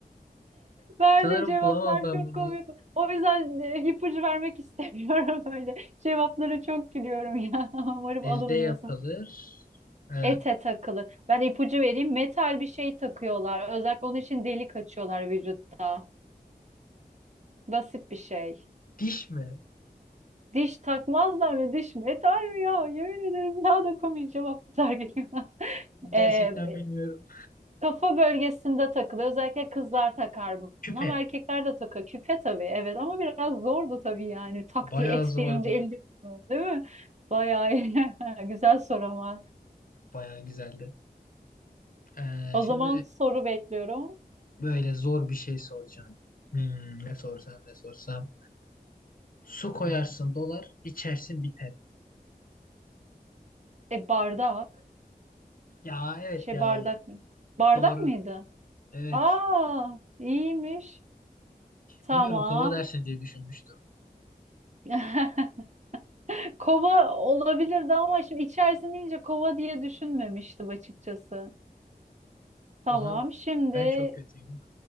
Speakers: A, on the right (about 45°); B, on the left (about 60°).
A: Verdiğin
B: Sanırım
A: cevaplar
B: bulamam ben
A: çok
B: bunu.
A: komik. O yüzden e, ipucu vermek istemiyorum <laughs> öyle. Cevapları çok gülüyorum ya. <laughs> Umarım
B: Elde
A: alınmıyorsun.
B: yapılır. Ee,
A: Ete takılır. Ben ipucu vereyim. Metal bir şey takıyorlar. Özellikle onun için delik açıyorlar vücutta. Basit bir şey.
B: diş mi?
A: Diş takmazlar mı? Diş metal mi ya? Yemin ederim daha da komik cevaplar geliyor. <laughs>
B: Gerçekten bilmiyorum.
A: Kafa bölgesinde takılıyor. Özellikle kızlar takar bunu
B: Küpe
A: ama erkekler de takar. Küpe tabii evet ama biraz zordu tabii yani. Tak
B: bayağı
A: diye et
B: zordu.
A: deyince elde değil mi? Bayağı iyi. <laughs> güzel soru ama.
B: Bayağı güzeldi. Ee,
A: O
B: şimdi
A: zaman soru bekliyorum.
B: böyle zor bir şey soracağım. Hmm, ne sorsam ne sorsam. Su koyarsın dolar, içersin biter.
A: E bardak.
B: Ya evet
A: Şey
B: ya.
A: bardak mı? Bardak
B: Doğru.
A: mıydı?
B: Evet.
A: Aa iyiymiş. Tamam.
B: Bilmiyorum kova dersin diye düşünmüştüm.
A: <laughs> Kova olabilirdi ama şimdi içerisinde deyince kova diye düşünmemiştim açıkçası. Tamam
B: O zaman
A: şimdi
B: ben çok kötüyüm.